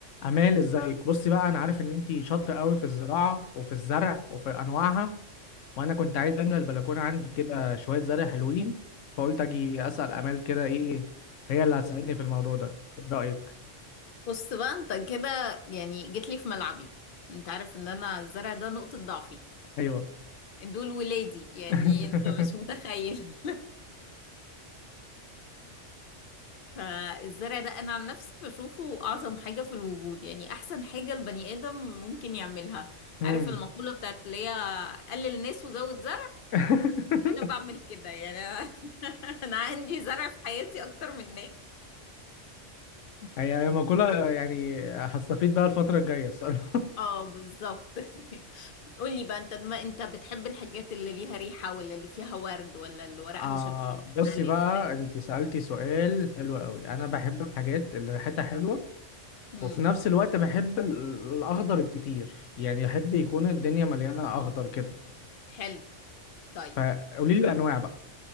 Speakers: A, on the left (about 80°); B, on the left (about 55°).
A: امال ازيك بصي بقى انا عارف ان انتي شاطره قوي في الزراعه وفي الزرع وفي انواعها وانا كنت عايز املى البلكونه عندي كده شويه زرع حلوين فقلت اجي اسال امال كده ايه هي اللي هتساعدني في الموضوع ده ايه رايك
B: بص بقى انت كده يعني جيت لي في ملعبي انت عارف ان انا الزرع ده نقطة ضعفي
A: ايوه
B: دول ولادي يعني
A: <laughs>
B: انت مش متخيل <laughs> فالزرع ده انا عن نفسي بشوفه اعظم حاجة في الوجود يعني احسن حاجة البني ادم ممكن يعملها
A: مم.
B: عارف المقولة بتاعت اللي هي قلل ناس وزود زرع
A: <laughs>
B: انا بعمل كده يعني <laughs> انا عندي زرع في حياتي اكتر من ناس
A: هي هي مقولة يعني هستفيد بقى الفترة الجاية الصراحة
B: اه بالظبط <laughs> قولي بقى انت ما انت بتحب الحاجات اللي ليها ريحة ولا اللي فيها ورد ولا اللي ورقها
A: آه
B: شكله
A: بصي
B: مختلف
A: بقى
B: لان
A: انت سألتي سؤال حلو قوي انا بحب الحاجات اللي ريحتها حلوة
B: امم
A: وفي نفس الوقت بحب ال- الاخضر الكتير يعني احب يكون الدنيا مليانه اخضر كده
B: حلو طيب
A: فقولي لي الانواع بقى